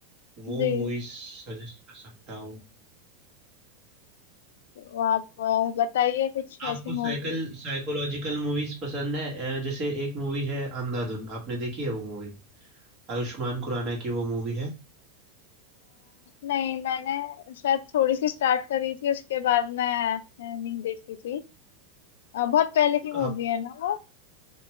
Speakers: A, on the left (about 80°); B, on the right (about 35°).
A: जी
B: वो मूवीज सजेस्ट कर सकता हूँ
A: तो आप अ, बताइए कुछ
B: आपको
A: ऐसी मूवीज
B: साइकल साइकोलॉजिकल मूवीज पसंद है अ, जैसे एक मूवी है अंधाधुन आपने देखी है वो मूवी आयुष्मान खुराना की वो मूवी है
A: नहीं मैंने शायद थोड़ी सी स्टार्ट करी थी उसके बाद मैं अ, नहीं देखी थी अ, बहुत पहले की मूवी
B: आप
A: है ना वो